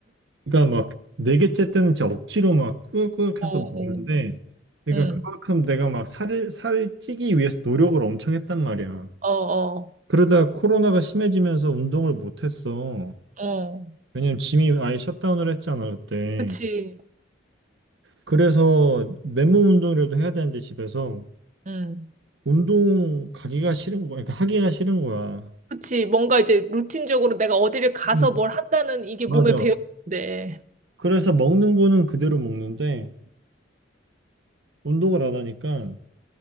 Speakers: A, on the right; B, on the right.
A: 그러니까 막 네 개째 때는 진짜 억지로 막 꾸역꾸역해서
B: 어,
A: 먹는데 그러니까
B: 응,
A: 그만큼 내가 막 살을 살을 찌기 위해서 노력을 엄청 했단 말이야.
B: 어, 어,
A: 그러다 코로나가 심해지면서 운동을 못 했어.
B: 어,
A: 왜냐면 짐이 아예 셧다운을 했잖아, 그때.
B: 그치,
A: 그래서 맨몸 운동이라도 해야 되는데 집에서
B: 응,
A: 운동 가기가 싫은 거야. 그러니까 하기가 싫은 거야.
B: 그치. 뭔가 이제 루틴적으로 내가 어디를 가서
A: 음.
B: 뭘 한다는 이게
A: 맞아.
B: 몸에 배어있는데.
A: 그래서 먹는 거는 그대로 먹는데 운동을 안 하니까